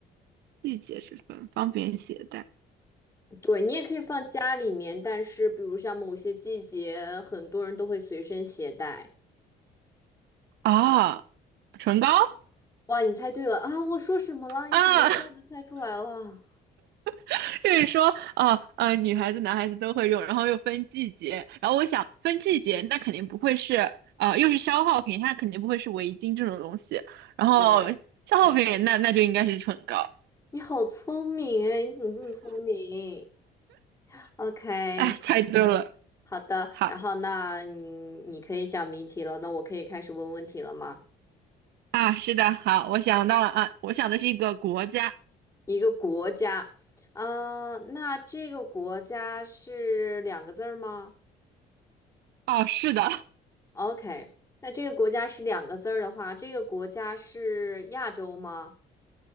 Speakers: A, on the right; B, on the left.
A: 季节之分，方便携带？
B: 对，你也可以放家里面，但是比如像某些季节，很多人都会随身携带。
A: 啊，唇膏
B: 哇，你猜对了啊！我说什么了？你怎么一下子猜出来了？
A: 啊，<laughs> 就是说，哦，呃，女孩子、男孩子都会用，然后又分季节，然后我想分季节，那肯定不会是，呃，又是消耗品，它肯定不会是围巾这种东西，然后消耗品，
B: 对，
A: 那那就应该是唇膏，
B: 你好聪明哎！你怎么这么聪明？OK，
A: 哎，太对了，
B: 好的。
A: 好
B: 然后那你你可以想谜题了，那我可以开始问问题了吗？
A: 啊，是的，好，我想到了啊，我想的是一个国家，
B: 一个国家，啊、那这个国家是两个字儿吗？
A: 哦，是的，
B: OK，那这个国家是两个字儿的话，这个国家是亚洲吗？